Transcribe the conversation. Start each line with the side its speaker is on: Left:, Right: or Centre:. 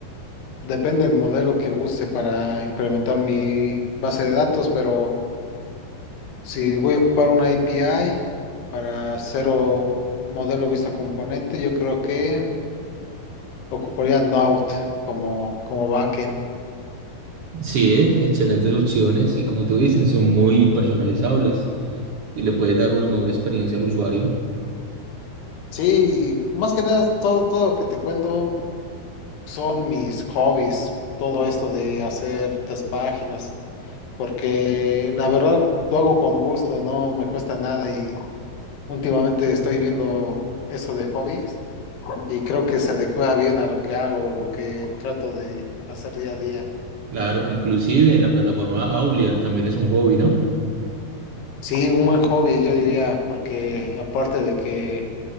Left: depende del modelo que use para implementar mi base de datos, pero si voy a ocupar una API para hacer o- modelo vista componente, yo creo que ocuparía Node como, como backend.
Right: Sí, eh, excelentes opciones y como tú dices, son muy personalizables y le puedes dar una mejor experiencia al usuario.
Left: Sí, y más que nada, todo, todo lo que te cuento son mis hobbies, todo esto de hacer estas páginas. porque la verdad lo hago con gusto, no me cuesta nada y últimamente estoy viendo eso de hobbies y creo que se adecua bien a lo que hago, lo que trato de hacer día a día.
Right: Claro, inclusive la plataforma Aulier también es un hobby, ¿no?
Left: Sí, un buen hobby, yo diría, porque aparte de que